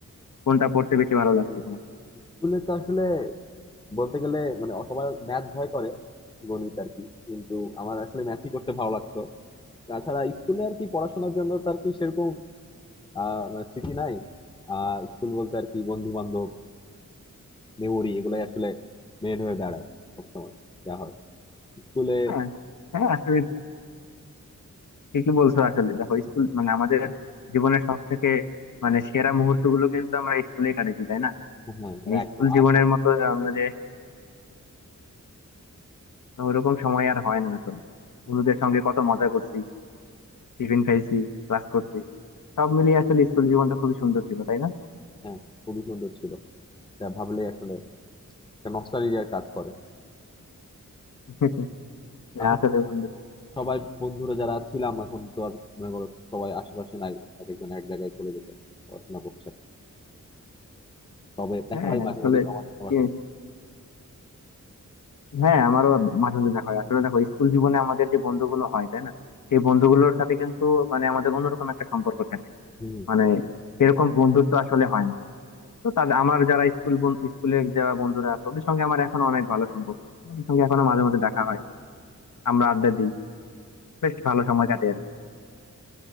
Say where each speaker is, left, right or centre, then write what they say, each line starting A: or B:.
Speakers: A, on the left; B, on the left.
A: কোনটা পড়তে বেশি ভালো লাগতো তোমার
B: স্কুলে তো আসলে বলতে গেলে মানে সবার ম্যাথ ভয় করে গণিত আর কি কিন্তু আমার আসলে ম্যাথই করতে ভালো লাগতো তাছাড়া স্কুলে আর কি পড়াশোনার জন্য তো আর কি সেরকম আহ মানে স্মৃতি নাই আহ স্কুল বলতে আর কি বন্ধু বান্ধব মেমোরি এগুলাই আসলে মেন হয়ে দাঁড়ায় সবসময় যা হয় স্কুলে
A: হ্যাঁ হ্যাঁ আসলে ঠিকই বলছো আসলে দেখো স্কুল মানে আমাদের জীবনের সব থেকে মানে সেরা মুহূর্ত গুলো কিন্তু আমরা স্কুলে কাটাচ্ছি তাই না
B: হ্যাঁ মানে
A: মানে
B: একদম
A: স্কুল জীবনের
B: আর্ট
A: মতো আমরা যে ওরকম সময় আর হয় না আসলে বন্ধুদের সঙ্গে কত মজা করছি টিফিন খাইছি ক্লাস করছি সব মিলিয়ে আসলে স্কুল জীবনটা খুবই সুন্দর ছিল তাই না
B: হ্যাঁ খুবই সুন্দর ছিল যা ভাবলে আসলে একটা নস্টালজিয়ার কাজ করে
A: <laughs> হ্যাঁ,
B: এখন
A: আসলে
B: তো
A: বন্ধু
B: সবাই বন্ধুরা যারা ছিলাম এখন তো আর মনে করো সবাই আশেপাশে নাই এক একজন এক জায়গায় চলে গেছে পড়াশোনা করছে তবে দেখা
A: হ্যাঁ
B: হয় মাঝে
A: আসলে
B: মাঝে তো আমাদের সবার
A: কি-
B: সাথে
A: হ্যাঁ আমারও মাঝে মাঝে দেখা হয় আসলে দেখো স্কুল জীবনে আমাদের যে বন্ধুগুলো হয় তাই না সেই বন্ধুগুলোর সাথে কিন্তু মানে আমাদের অন্যরকম একটা সম্পর্ক থাকে
B: হুম
A: মানে এরকম বন্ধুত্ব আসলে হয় না তো তাদের আমার যারা স্কুল স্কুলের যারা বন্ধুরা আছে ওদের সঙ্গে আমার এখন অনেক ভালো সম্পর্ক ওদের সঙ্গে এখনো মাঝে মধ্যে দেখা হয় আমরা আড্ডা দিই বেশ ভালো সময় কাটে আর কি